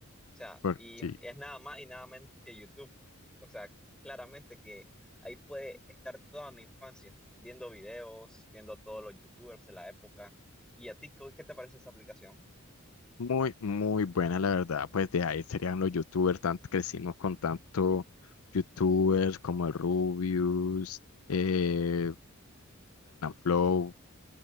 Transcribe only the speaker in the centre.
O sea,
y
es nada más y nada menos que YouTube. O sea, claramente que ahí puede estar toda mi infancia, viendo videos, viendo todos los YouTubers de la época. ¿Y a ti, co- qué te parece esa aplicación?